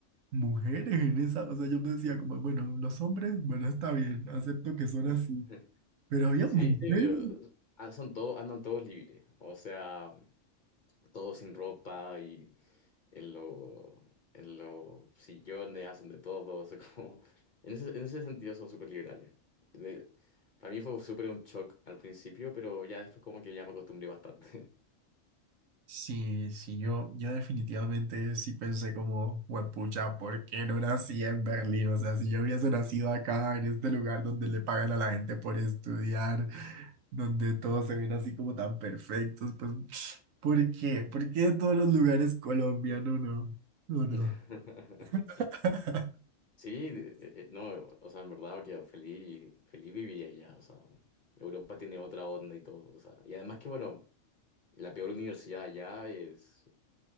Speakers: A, on the right (about 80°); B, on the left (about 45°).
A: mujeres en esa, o sea, yo me decía como, bueno, los hombres, bueno, está bien, acepto que son así,
B: <laughs>
A: pero había
B: Sí,
A: mujeres
B: sí, pero, ah, son todos, andan todos libres, o sea, todos sin ropa y en lo, en los sillones hacen de todo, <laughs> o sea, como, en ese, en ese sentido son súper liberales. De- para mí fue súper un shock al principio, pero ya después como que ya me acostumbré bastante.
A: Sí, sí, yo, yo definitivamente sí pensé como, huepucha, ¿por qué no nací en Berlín? O sea, si yo hubiese nacido acá, en este lugar donde le pagan a la gente por estudiar, donde todos se ven así como tan perfectos, pues, ¿por qué? ¿Por qué de todos los lugares Colombia? No, no, no, no.
B: <laughs>
A: <laughs>
B: Sí, de- eh, eh, no, o sea, en verdad habría feliz, feliz viviría allá, o sea, Europa tiene otra onda y todo, o sea, y además que, bueno, la peor universidad allá es